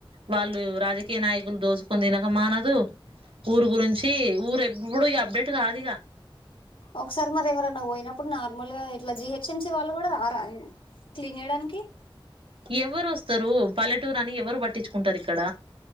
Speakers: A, on the right; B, on the left.
A: వాళ్ళు రాజకీ కే నాయకులు దోచుకొని తినక మానదు ఊరు గురించి ఊరు ఎప్పుడు ఇగ అప్డేట్ గాదిక
B: ఒకసారి మరి ఎవరైన్నా పోయినప్పుడు నా నార్మల్గా ఇట్లా జీహెచ్ఎంసి వాళ్ళు కూడా రారా క్లీన్ చేయడానికి
A: ఎవ్వరు వస్తారు పల్లెటూరు అని ఎవరు పట్టించుకుంటారు ఇక్కడ